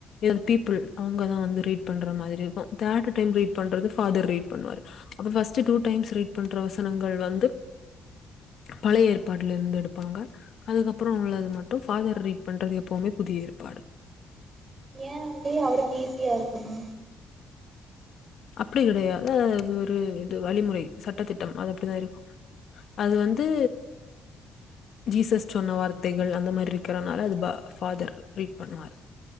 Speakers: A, on the left; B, on the right.
A: எது பீப்புள் அவங்கதா வந்து ரீட் பண்ற மாதிரி இருக்கு தோர்டு டைம் ரீட் பண்றது ஃபாதர் ரீட் பண்ணுவாரு அது ஃபஸ்ட்டு டூ டைம்ஸ் ரீடு பண்ற வசனங்கள் வந்து பழைய ஏற்பாடுல இருந்து எடுப்பாங்க அதுக்கப்புறோ உள்ளது மட்டு ஃபாதர் ரீட் பண்றது எப்வுமே புதிய ஏற்பாடு
B: ஏ அப்டி அவருக்கு ஈஸியா இருக்குன்னா
A: அப்டி கெடையாது அதுவாது ஒரு இது வழிமுறை சட்டத்திட்டம் அது அப்டிதா இருக்கு அது வந்து ஜீசஸ் சொன்ன வார்த்தைகள் அந்த மாதிரி இருக்குறனால அது பா ஃபாதர் ரீட் பண்ணுவாரு